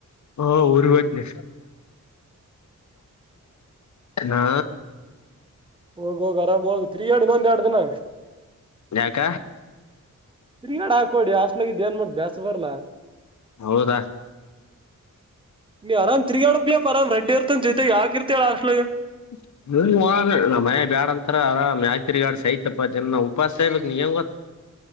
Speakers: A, on the left (about 60°); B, on the right (about 15°).
A: ಹ ಊರಿವತ ನೀ ಹಾ
B: ಹೋಗ ಹೋಗ ಆರಾಮ್ ಹೋಗ ತಿರಿಯಾಡಿನೊಂದ ಎರಡು ದಿನ
A: ಯಾಕ
B: ರಿಯಾ ಹಾಕೋಡಿ ಹಸ್ಟ್ಲಗಿದ್ದ್ ಏನ್ ಮಾಡ ಬೇಸ್ರ ಬರ್ಲ್ಲಾ.
A: ಹೌದಾ
B: ನೀ ಅರಾಮ್ ತಿಗೋಣ ಬಿ ಆರಾಮ್ ರಡ್ಡಿ ಇರ್ತ ಜೈತೆ ಯಾಕಿರ್ತ ಹೇಳ ಅಶ್ಲಗೆ
A: <unintelligible> ಮನೆ ಬ್ಯಾಡ್ಯಾಂತ ಆರ ಆರಾಮ್ ಯಾಕ ತಿರ್ಗಾಡ್ ಸಐತಪ್ಪ ಜನ ಉಪಾಸ ಆಬೇಕಕ್ ನೀ ಹೆಂಗ ಗೊತ್ತ